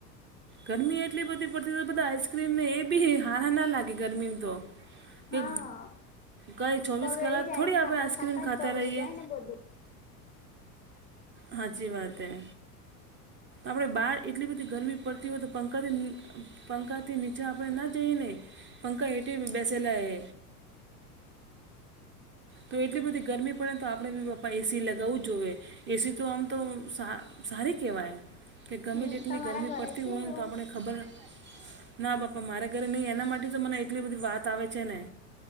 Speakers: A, on the right; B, on the left.
A: ગરમી એટલી બધી પડતી બધા આઈસ્ક્રીમ ને એ બી હારા ના લાગે ગરમી તો કે
B: હા
A: કઈ ચોવીસ
B: પગળી
A: કલાક
B: જાય
A: થોડી આપણે
B: ખાતા
A: આઇસક્રીમ ખાતા
B: જ પગળી
A: રહીએ.
B: જાય ને બધું
A: હાચી વાત હૈ. આપડે બહાર એટલી બધી ગરમી પડતી હોય તો પંકજ. પંખાથી નીચે આપણેે ના જઈને પંખા હેટી બેસેલા એ તો એટલી બધી ગરમી પડે તો આપણે બી પપા એસી લગાવવું જ જોઈએ. એસી તો આમ તો સારી કેહેવાય. કે ગમે
B: હમ
A: જેટલી
B: તમારા
A: ગરમી
B: ઘરે
A: પડતી
B: છે
A: હોય ને
B: એવું
A: તો આપણે ખબર. ના બાપા મારે ઘરે નહીં એના માટે તો મને એટલી બધી વાત આવે છે ને.